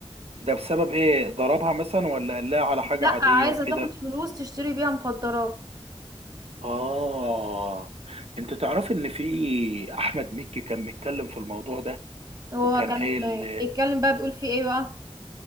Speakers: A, on the right; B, on the right.
A: ده بسبب إيه؟ ضربها مثلا ولا قال لها على حاجة
B: لا
A: عادية
B: عايزة
A: وكده؟
B: تاخد فلوس تشتري بيها مخدرات
A: آه أنت تعرف إن في أحمد مكي كان بيتكلم في الموضوع ده
B: هو
A: وكان
B: كان
A: قايل
B: بيتكلم بقى بيقول في ايه بقى